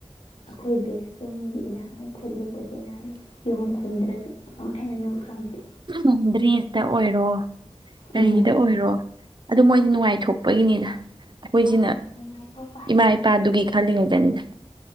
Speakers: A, on the left; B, on the right.
A: ꯑꯩꯈꯣꯏ ꯕꯦꯁꯇꯣ ꯃꯤꯒꯤ ꯏꯅꯥꯛ ꯈꯨꯜꯂꯤꯕꯣ ꯆꯦ ꯑꯦꯅꯥ ꯌꯨꯝ ꯈꯨꯟꯗ꯭ꯔꯁꯨ ꯀꯃꯥꯏꯅꯅꯣ ꯈꯪꯗꯦ
B: ꯎꯝ ꯗ꯭ꯔꯦꯁꯇ ꯑꯣꯏꯔꯣ ꯀꯔꯤꯒꯤꯗ
A: ꯎꯝ
B: ꯑꯣꯏꯔꯣ ꯑꯗꯣ ꯃꯣꯏꯗꯤ ꯅꯨꯡꯉꯥꯏꯊꯣꯛꯄꯒꯤꯅꯤꯗ ꯑꯩꯈꯣꯏꯖꯤꯅ
A: ꯃꯥꯅ ꯅꯨꯡꯉꯥꯏꯊꯣꯛꯄ
B: ꯏꯃꯥ ꯏꯄꯥꯗꯨꯒꯤ ꯈꯜꯂꯤꯉꯩ <unintelligible>